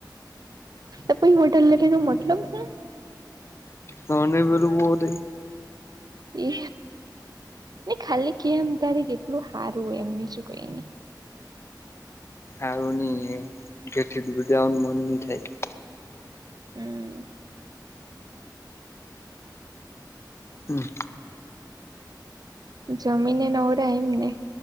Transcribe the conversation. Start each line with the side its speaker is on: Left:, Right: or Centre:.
Right: ત કોઈ હોટલ લગાઈનો મતલબ હુ
Left: તોને બલું બહોત
Right: એ ને ખાલી કેમ તારે કેટલું સારું હોય એમ બીજું કઈ નહી
Left: હારુંની ઘેર થી ડૂર જવાનું મન નની થાય
Right: હમ્મ
Left: હમ્મ
Right: જમીને નવરા એમ ને